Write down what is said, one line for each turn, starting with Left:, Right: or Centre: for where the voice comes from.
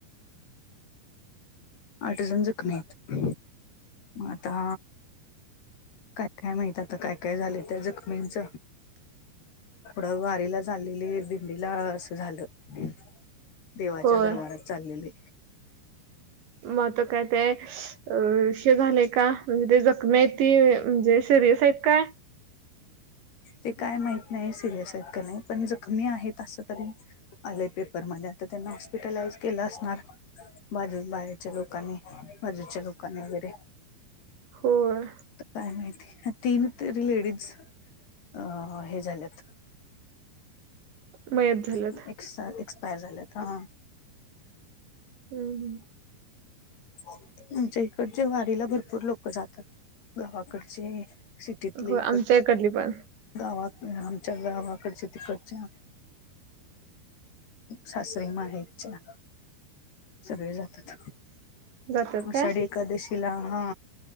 Left: आठ जण जखमी आहेत मता काय काय माहित आता काय काय झाले त्या जखमींच थोडं वारीला झाचालेली दिंडीला असं झालं देवाच्या
Right: होय
Left: दरबारात चाललेले
Right: मत काय ते अ श झालेय का म्हणजे ते जखम आहेत ती म्हणजे सिरियस आहेत का
Left: ते काय माहीत नाई सिरियस ह्यात का नाही जखमी आहेत आस तरी आलेय पेपरमध्ये आता त्यांना हॉस्पिटलाइज केलं असणार. बाजु बाजुच्या लोकांनी बाजुच्या लोकांनी वगैरे
Right: हो ग.
Left: काय माहिती तीन तरी लेडीज अ हे झाल्यात
Right: मयत झाल्यात
Left: ए एक्सपयर झालेत हा
Right: हम् हम
Left: आमच्या इकडचे वारीला भरपूर लोक जातात गावाकडचे सिटीतले
Right: हो
Left: इकड
Right: आमच्या इकडली पण
Left: गावा आमच्या गावाकडचे तिकडच्या सास्री म हेच ना सगळे जातात
Right: जातात
Left: आषाढी
Right: काय
Left: एकादशीला हा